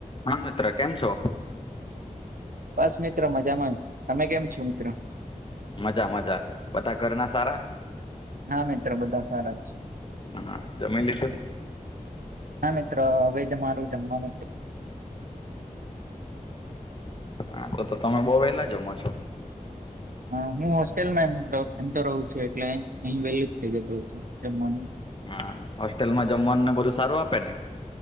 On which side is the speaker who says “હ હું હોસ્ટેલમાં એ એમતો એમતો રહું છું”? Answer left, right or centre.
Right